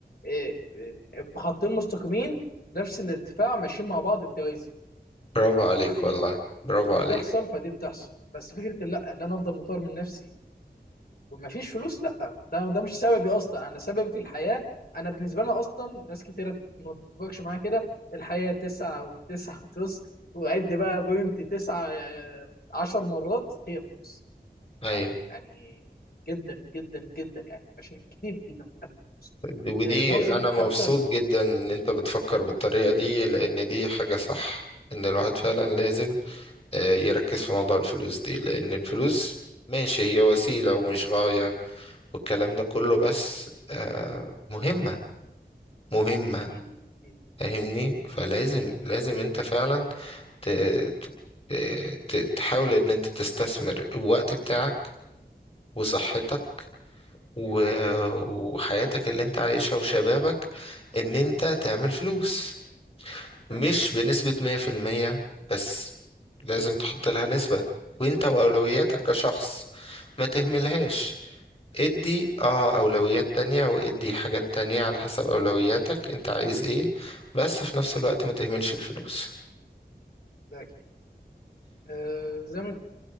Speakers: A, on the left; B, on the left.
A: آه، آه، خطين مستقيمين نفس الارتفاع ماشيين مع بعض بتوازي
B: برافو عليك
A: فاهمني
B: والله برافو
A: دي
B: عليك
A: بتحصل فدي بتحصل بس فكره إن لا ان انا افضل مطور من نفسي ومفيش فلوس لا ده ده مش سببي اصلا انا سببي في الحياه انا بالنسبه لنا اصلا ناس كتيره ما تتفقش معايا كده الحياه تسعة وتسعة فلوس وعد بقى بوينت تسعة آه، عشر مرات هي فلوس
B: ايوه
A: لا يعني جدا جدا جدا يعني مشاكل كتير جدا بتحل الفلوس
B: دي- ودي
A: آه، نظره
B: انا
A: حتى
B: مبسوط
A: ال-
B: جدا ان انت بتفكر بالطريقه دي لان دي حاجه صح ان الواحد فعلا لازم آه، يركز في موضوع الفلوس دي لان الفلوس ماشي هي وسيله ومش غايه والكلام ده كله بس آه، مهمه مهمه
A: اكيد اكيد
B: فاهمني
A: اكيد
B: فلازم لازم انت فعلا ت- ت- ت- تحاول ان انت تستثمر الوقت بتاعك وصحتك و- وحياتك اللي انت عايشها وشبابك ان انت تعمل فلوس
A: ده
B: مش
A: اكيد
B: بنسبة 100% بس لازم تحط لها نسبة وانت واولوياتك
A: أيوة، أيوة،
B: كشخص ما تهملهاش ادي اه اولويات تانية وادي حاجات تانية على حسب اولوياتك انت عايز ايه بس في نفس الوقت ما تهملش الفلوس
A: ده اكيد آه، زي ما